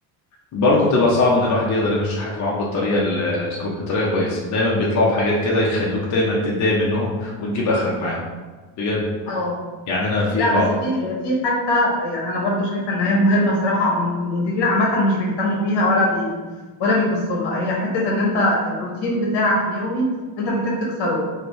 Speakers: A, on the left; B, on the left.
A: برضه بتبقى صعب ان الواحد يقدر يمشي حياته معاهم بالطريقه ال- الكو- بطريقه كويسه دايما بيطلعوا بحاجات كده يخلوك دايما تتضايق منهم وتجيب اخرك معاهم بجد
B: اه
A: يعني انا في
B: لا
A: بعض
B: بس في في حته يعني انا برضو شايفه ان هي مهمه بصراحه م- المديرين عامه مش بيهتموا بيها ولا بي ولا بيبصوا لها هي حته ان انت الروتين بتاعك اليومي انت محتاج تكسره